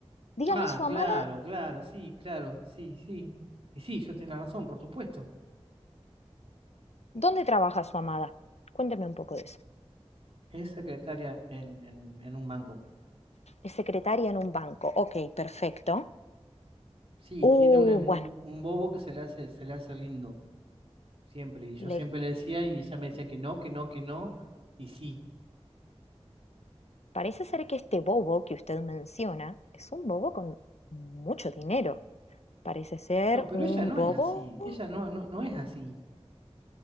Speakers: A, on the left; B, on the right.
A: Dígame
B: Ah,
A: su amada,
B: claro, claro, sí, claro, sí, sí. Y sí, yo tenía razón, por supuesto.
A: ¿dónde trabaja su amada? Cuénteme un poco de eso.
B: Es secretaria en, en, en un banco.
A: Es secretaria en un banco. Ok, perfecto.
B: Sí,
A: Uh,
B: tiene un, un-
A: bueno,
B: un bobo que se le hace, se le hace lindo, siempre. Y yo
A: le
B: siempre le decía y ella me decía que no, que no, que no, y sí.
A: parece ser que este bobo que usted menciona es un bobo con mucho dinero. Parece ser
B: No, pero
A: un
B: ella no
A: bobo
B: es así. Ella no, no, no es así.